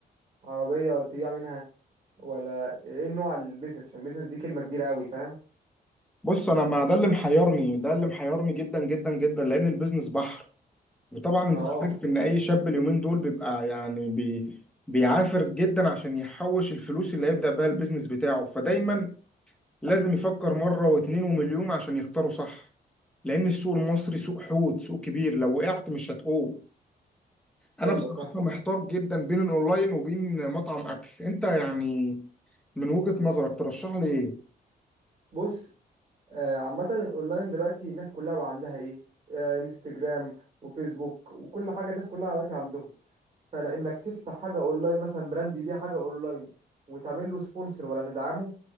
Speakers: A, on the right; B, in the centre.
A: عربيه تبيع منها ولا ايه نوع البيزنس عشان البيزنس دي كلمه كبيره قوي فاهم
B: بص انا ما ده اللي محيرني ده اللي محيرني جدا جدا جدا لان البيزنس بحر وطبعا انت
A: ما هو
B: عارف ان اي شاب اليومين دول بيبقى يعني بي بيعافر جدا عشان يحوش الفلوس اللي هيبدا بيها البيزنس بتاعه فدايما لازم يفكر مرة واتنين ومليون عشان يختاروا صح لأن السوق المصري سوق حوت سوق كبير لو وقعت مش هتقوم أنا
A: ايوه
B: بصراحة
A: فاهم
B: محتار جدا بين الأونلاين وبين مطعم أكل أنت يعني من وجهة نظرك ترشح لي إيه؟
A: بص آه، عامه الاونلاين دلوقتي الناس كلها بقى عندها ايه آه، انستجرام وفيسبوك وكل حاجه الناس كلها دلوقتي عندهم فلانك تفتح حاجه اونلاين مثلا براند يبيع حاجه اونلاين وتعمل له سبونسر ولا تدعمه